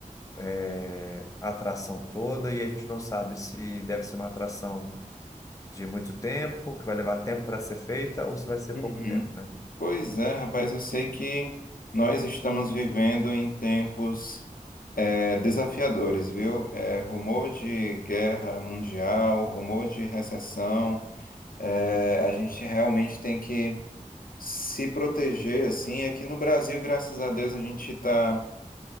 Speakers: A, on the left (about 25°); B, on the left (about 90°).
A: eh, atração toda, e a gente não sabe se deve ser uma atração de muito tempo, que vai levar tempo para ser feita, ou se vai ser
B: Uhum.
A: pouco tempo, né?
B: Pois é, rapaz, eu sei que nós estamos vivendo em tempos é, desafiadores, viu? É, rumor de guerra mundial, rumor de recessão, é, a gente realmente tem que se proteger, assim. Aqui no Brasil, graças a Deus, a gente está